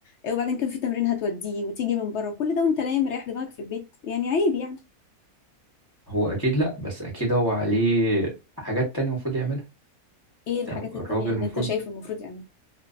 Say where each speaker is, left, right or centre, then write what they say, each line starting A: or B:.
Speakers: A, on the left; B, on the left.
A: آه، وبعدين كان في تمرين هتوديه وتيجي من بره كل ده وانت نايم رايح دماغك في البيت يعني عيب يعني
B: هو اكيد لا بس اكيد هو عليه حاجات تانية المفروض يعملها
A: ايه الحاجات
B: يعني الراجل
A: التانية
B: المفروض
A: اللي انت شايف المفروض يعملها